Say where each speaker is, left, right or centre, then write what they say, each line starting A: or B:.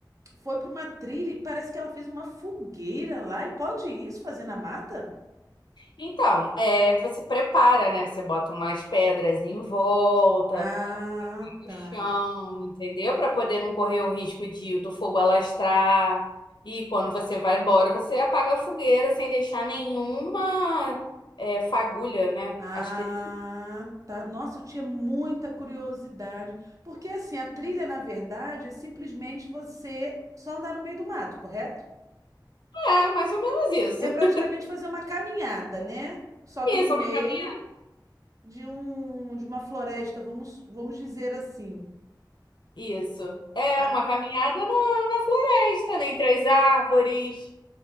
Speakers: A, on the right (about 45°); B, on the left (about 70°).
A: foi para uma trilha e parece que ela fez uma fogueira lá. E pode isso fazer na mata?
B: Então, é, você prepara, né? Você bota umas pedras em volta,
A: Ah,
B: no
A: tá.
B: chão, entendeu? Para poder não correr o risco de do fogo alastrar. E quando você vai embora, você apaga a fogueira sem deixar nenhuma é, fagulha, né?
A: Ah,
B: Acho que
A: tá. Nossa, eu tinha muita curiosidade. Porque assim, a trilha, na verdade, é simplesmente você só andar no meio do mato, correto?
B: é mais ou menos isso.
A: É
B: <laughs>
A: praticamente fazer uma caminhada, né? Só
B: Isso,
A: que no meio
B: é uma caminhada.
A: de um de uma floresta, vamos, vamos dizer assim.
B: Isso. É
A: Ah,
B: uma caminhada no- na floresta, né? Entre as árvores.